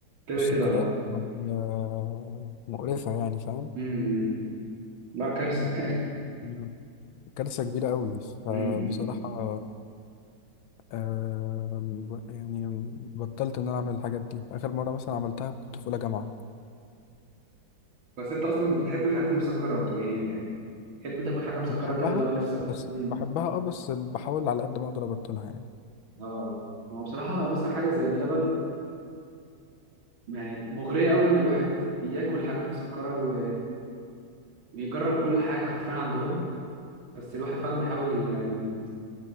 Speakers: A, on the right; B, on the left.
A: كده
B: السكريات
A: كده اه
B: يعني، آه، مقرفة يعني فاهم
A: امم إمم. لا كارثه
B: مم. كارثة كبيرة أوي
A: <laughs>
B: فبصراحة
A: امم
B: آم، يعني بطلت ان انا اعمل الحاجات دي اخر مره مثلا عملتها كنت في اولى جامعه
A: بس انت اصلا بتحب الحاجات المسكره ده يعني يعني تحب تاكل حاجه مسكره
B: بحبها
A: كده لو نفسك
B: بس
A: امم
B: بحبها اه بس بحاول على قد ما اقدر ابطلها يعني
A: اه ما هو بصراحه مثلا حاجه زي اللبن يعني مغريه قوي ان الواحد ياكل حاجات مسكره و... ويجرب كل حاجه حرفيا عندهم بس الواحد فعلا بيحاول يعني